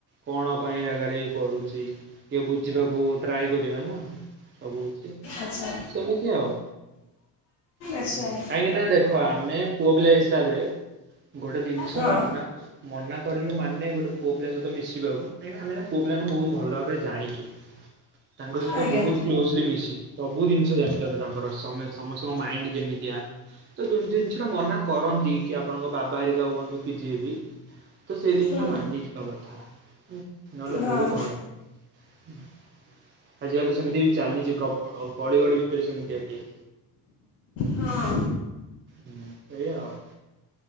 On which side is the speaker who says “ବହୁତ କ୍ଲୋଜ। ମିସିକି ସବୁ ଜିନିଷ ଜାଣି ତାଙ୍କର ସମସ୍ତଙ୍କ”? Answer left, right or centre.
Right